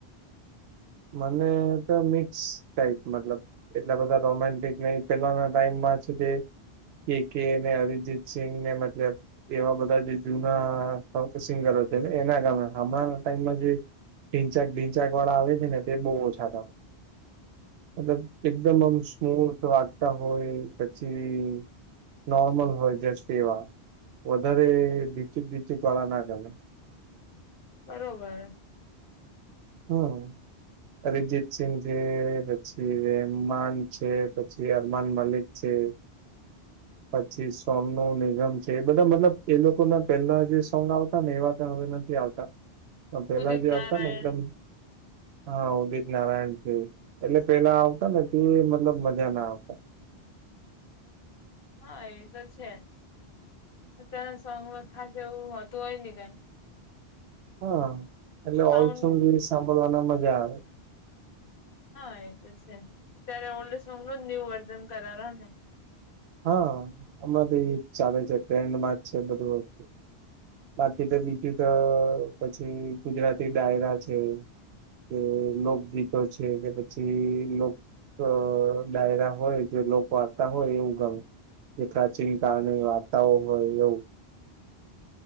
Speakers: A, on the right; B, on the left.
A: મને તો મિક્સ ટાઈપ મતલબ એટલા બધા રોમેન્ટિક નહી પેલાના ટાઈમમાં છે કે કે કે અને અરિજીત સિંઘને મતલબ એવા બધા જે જૂના સિંગરો છે ને એના ગમે હમણાં ના ટાઈમમાં જે ઢીંચાક ઢીંચાકવાળા આવે છે ને તે બહુ ઓછા ગમે. મતલબ એકદમ આમ મ્યુટ વાગતા હોય પછી નોર્મલ હોય જે સેવા વધારે ભીચુક ભીચુક વાળા ના ગમે.
B: બરોબર હે
A: હમ અરિજીત સિંઘ છે પછી રેમાન છે પછી અરમાન મલિક છે. પછી સોનું નિગમ છે એ બધા મતલબ એ લોકોના પેલા જે સોંગ આવતા ને એવા ત હવે નથી આવતા.
B: <inaudible>
A: તો પેલા જે
B: નારાયણ
A: આવતા ને એકદમ હા ઉદિત નારાયણ છે. એટલે પેલા આવતા ને મતલબ મજા ના આવતા.
B: હા એ તો છે તેના સોંગમાં ખાસ એવુંતું હોય નહ કઈ
A: હહ એટલે
B: સાઉન્ડ
A: ઓલ સોંગ બી સાંભળવાના મજા આવે.
B: હા એ તો છે અત્યારે ઓલ્ડ સોંગ જ ન્યુ વર્ઝન કરેરા ને
A: હહ હમણાં તો ઈ જ ચાલે છે ટ્રેન્ડમાં જ છે બધું વસ્તુ બાકી તો બીજું તો પછી ગુજરાતી ડાયરા છે. કે લોકગીતો છે કે પછી લોક અ ડાયરા હોય જે લોકવાર્તા હોય એવું ગમે. જે પ્રાચીન કાળની વાર્તાઓ હોય એવું.